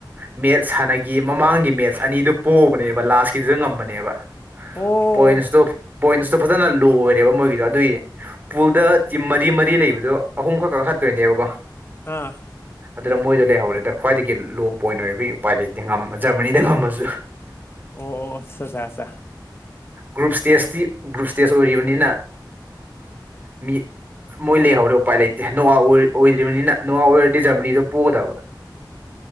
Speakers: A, on the right; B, on the left.
A: ꯃꯦꯠꯁ ꯁꯅꯥꯒꯦ ꯃꯃꯥꯡꯒꯤ ꯃꯦꯠꯁ ꯑꯅꯤꯗꯨ ꯄꯣꯛꯕꯅꯦꯕ ꯂꯥꯁꯀꯤꯗꯨꯗ ꯉꯝꯕꯅꯦꯕ
B: ꯑꯣ
A: ꯄꯣꯏꯟꯁ ꯇꯣ ꯄꯣꯏꯟꯁ ꯇꯣ ꯐꯖꯅ ꯂꯣ ꯑꯣꯏꯔꯦꯕ ꯃꯣꯏꯒꯤꯗꯣ ꯑꯗꯨꯒꯤ ꯄꯨꯜꯗ ꯇꯤꯝ ꯃꯔꯤ ꯃꯔꯤ ꯂꯩꯕꯗꯣ ꯑꯍꯨꯝꯈꯛ ꯈꯍꯠꯇꯣꯏꯅꯦꯕꯀꯣ
B: ꯍꯥꯥ
A: ꯑꯗꯨꯅ ꯃꯣꯏꯗ ꯂꯩꯍꯧꯔꯦꯗ ꯈ꯭ꯋꯥꯏꯗꯒꯤ ꯂꯣ ꯄꯣꯏꯟ ꯑꯣꯏꯕꯒꯤ ꯎꯄꯥꯏ ꯂꯩꯇꯦ ꯖꯔꯃꯅꯤꯗ ꯉꯝꯃꯁꯨ
B: ꯑꯣꯁ
A: ꯒ꯭ꯔꯨꯞ ꯏꯁꯇꯦꯖꯇꯤ ꯒ꯭ꯔꯨꯞ ꯏꯁꯇꯦꯖ ꯑꯣꯏꯔꯤꯕꯅꯤꯅ ꯃꯤ ꯃꯣꯏ ꯂꯩꯍꯧꯔꯦ ꯎꯄꯥꯏ ꯂꯩ ꯏꯑ ꯅꯣꯑ ꯑꯣꯏ ꯑꯣꯍꯗꯔꯤꯕꯅꯤꯅ ꯅꯣꯑ ꯑꯣꯏꯔꯗꯤ ꯖꯔꯃꯥꯅꯤ ꯗꯣ ꯄꯣꯒꯗꯕ